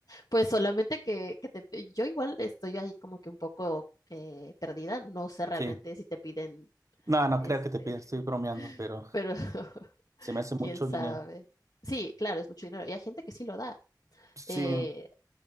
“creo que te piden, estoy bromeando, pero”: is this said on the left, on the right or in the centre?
Right